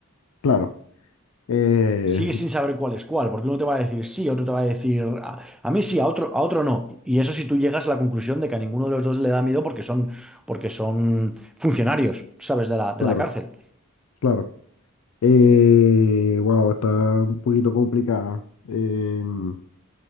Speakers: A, on the left; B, in the centre.
A: claro, eh,
B: Sigues sin saber cuál es cuál, porque uno te va a decir sí, otro te va a decir a, a mí sí, a otro, a otro no. Y eso si tú llegas a la conclusión de que a ninguno de los dos le da miedo porque son, porque son funcionarios, ¿sabes? De la, de
A: claro,
B: la cárcel.
A: claro. Eh, wow, está un poquito complicada. Em,